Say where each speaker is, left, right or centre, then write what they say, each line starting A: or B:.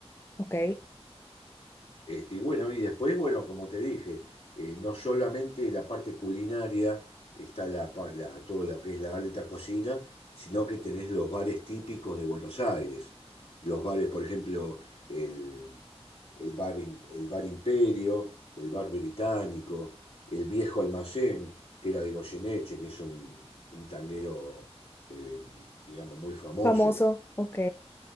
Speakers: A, on the left (about 20°); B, on the left (about 55°).
A: ok.
B: Este, y bueno, y después, bueno, como te dije, eh, no solamente la parte culinaria está la, par- la- todo lo que es la alta cocina, sino que tenés los bares típicos de Buenos Aires. Los bares, por ejemplo, el, el bar, Im- el bar Imperio, el bar Británico, el Viejo Almacén, que era de Goyeneche, que es un, un tanguero, eh, digamos, muy famoso.
A: Famoso, ok.